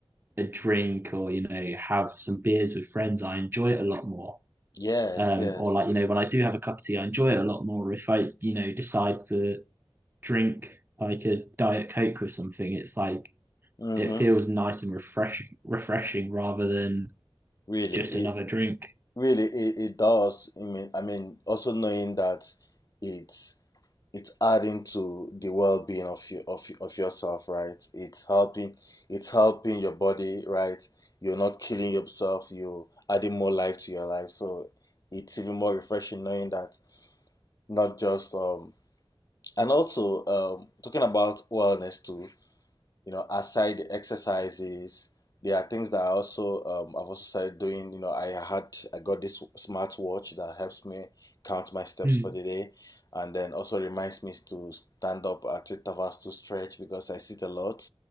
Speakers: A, on the right (about 25°); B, on the left (about 40°).
A: a drink or, you know, have some beers with friends, I enjoy it a lot more.
B: yes,
A: Um,
B: yes,
A: or like, you know, when I do have a cup of tea, I enjoy it a lot more. If I, you know, decide to drink like a Diet Coke with something, it's like
B: mm-hmm.
A: it feels nice and refreshing refreshing rather than
B: Really,
A: just
B: it
A: another drink.
B: really it, it does. I mean, I mean, also knowing that it's it's adding to the well-being of you of, of yourself right it's helping it's helping your body right you're not killing yourself you're adding more life to your life so it's even more refreshing knowing that not just um and also um talking about wellness too you know, aside the exercises, there are things that I also um, I've also started doing. You know, I had I got this smartwatch that helps me count my steps
A: Mm.
B: for the day, and then also reminds me to stand up at intervals to stretch because I sit a lot.